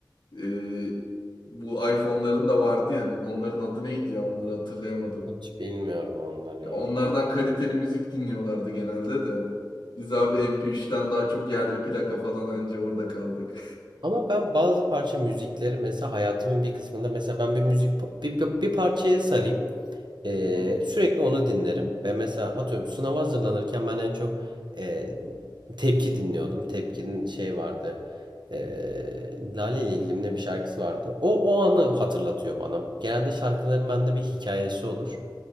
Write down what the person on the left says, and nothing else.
E, bu iPhone'ların da vardı ya. Onların adı neydi ya? Onları hatırlayamadım.
Ya
onlardan kaliteli müzik dinliyorlardı genelde de. Biz abi
MP3'ten daha çok yerli plaka falan anca orada kaldık.
Hı hı,
hı hı.